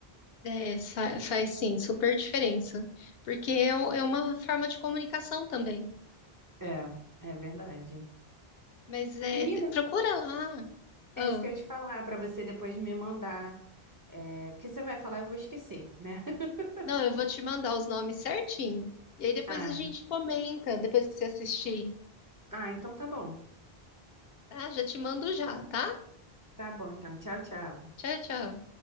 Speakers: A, on the left; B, on the right.
A: É, fa- faz sim, super diferença. Porque é, o- é uma forma de comunicação também.
B: É, é verdade.
A: Mas é,
B: Menina,
A: de- procura lá.
B: é
A: Ah,
B: isso que eu ia te falar pra você depois me mandar. É, porque você vai falar, eu vou esquecer, né? <laughs>
A: não, eu vou te mandar os nomes certinho. E aí depois
B: Ah,
A: a gente comenta, depois que você assistir.
B: ah, então tá bom.
A: Tá? Já te mando já, tá?
B: Tá bom, então. Tchau, tchau.
A: Tchau, tchau.